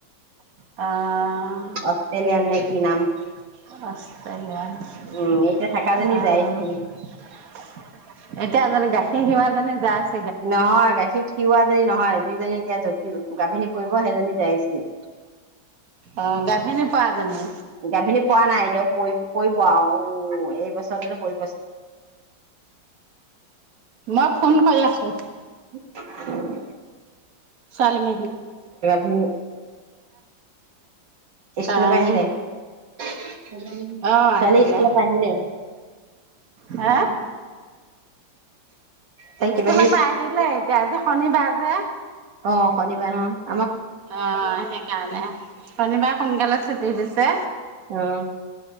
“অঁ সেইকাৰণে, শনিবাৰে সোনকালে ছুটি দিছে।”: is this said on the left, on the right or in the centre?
Right